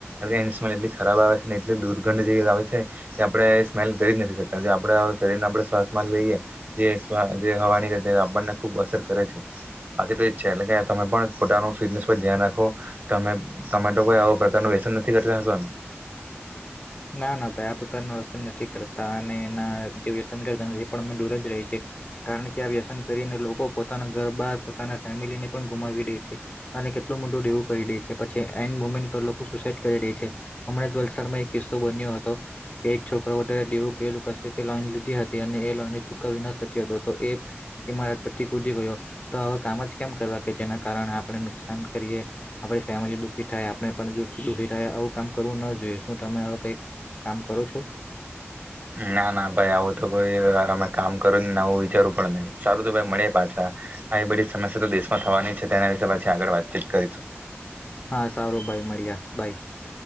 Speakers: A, on the right; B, on the left.
A: કે એની સ્મેલ એટલી ખરાબ આવે છે એટલી દુર્ગંધ જેવી આવે છે કે આપણે એ સ્મેલ કરી જ નથી શકતા. જે આપણા શરીરને આપણા શ્વાસ લઈએ જે હવાની આપણને ખુબ અસર કરે છે બાકી તો એ છે એટલે કે તમે પોતાનું ફિટનેસ પર ધ્યાન રાખો તમે તો કોઈ આવ પ્રકાર તમે વ્યસન નથી કરતા હશોન.
B: ના ના ભાઈ આ પ્રકારના વ્યસન નથી કરતા અને એના જે વ્યસન કરતા નથી એ પણ અ દૂર જ રહી છીએ કારણ કે આ વ્યસન કરીને લોકો પોતાના ઘર બાર પોતાના ફેમિલીને પણ ગુમાવી દે છે અને કેટલું મોટું દેવું કરી દે છે પછી એન્ડ મોમેન્ટ પર પર લોકો સુસાઈડ કરી દે છે હમણાં જ વલસાડમાં એક કિસ્સો બન્યો હતો કે એક છોકરો વધારે દેવું કર્યુ. કસે થી લોન લીધી હતી અને એ લોનની ચૂકવવી ન શક્યો હતો તો એ ઇમારત પરતી કૂદી ગયો તો આવા કામ જ કેમ કરવા કે જેના કારણે આપણે નુકસાન કરીએ આપણી ફેમિલી દુખી થાય આપણે પણ દુઃખી થાય આવું કામ કરવું ન જોઈએ શ તમે આવા કંઈક કામ કરો છો?
A: ના ના ભાઈ આવું તો કોઈ અમે કામ કરુ ની ને આવું વિચારવું પણ નહી સારું તો ભાઈ મડીયે પાછા. આવી બધી સમસ્યા તો દેશમાં થવાની છે તેના વિશે પાછી આગળ વાતચીત કરીશું.
B: હા સારું ભાઈ મળ્યા. ભાય.